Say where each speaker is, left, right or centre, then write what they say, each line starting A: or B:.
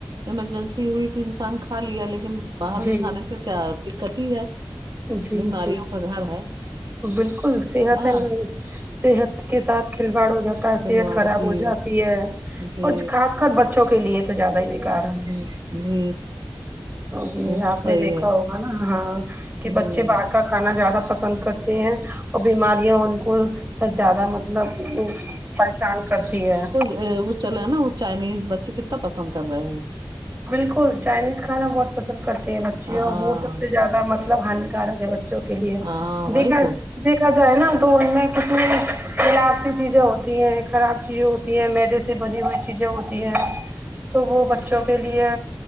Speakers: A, on the right (about 80°); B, on the right (about 20°).
A: ایمرجنسی ہوئی تو انسان کھا لیا لیکن باہر
B: جی
A: کے کھانے سے کیا دقت ہی ہے
B: جی
A: بیماریوں
B: جی
A: کا گھر ہے
B: بالکل صحت
A: ہاں
B: صحت کے ساتھ کھلواڑ ہو جاتا ہے
A: کھلواڑ
B: صحت خراب
A: جی
B: ہو جاتی
A: جی
B: کچھ خاص حد بچوں کے لیے تو زیادہ ہی بیکار ہے
A: ہ جی
B: جی
A: وہ تو
B: آپ
A: صحیح
B: نے دیکھا
A: ہے
B: ہوگا نا ہاں کہ
A: جی
B: بچے ب اہر کھانا زیادہ پسند کرتے ہیں اور بیماریاں ان کو زیادہ مط لب وہ پریشان کرتی ہے
A: ا وہ چلا نا وہ چائنیز بچے کتنا پسند کر رہے ہیں
B: بالکل چائنیز کھانا بہت پسند کرتے ہیں بچے
A: ہاں
B: اور وہ سب سے زیا دہ مطلب ہانی کارک ہے بچوں کے لیے
A: ہاں وہی
B: دیکھا
A: تو
B: دیکھا جائے نا تو ان میں کتنے ملاوٹی چیزیں ہوتی ہیں خراب چیزیں ہوتی ہیں میدے سے بنی ہوئی چیزیں ہوتی ہیں تو وہ بچوں کے لیے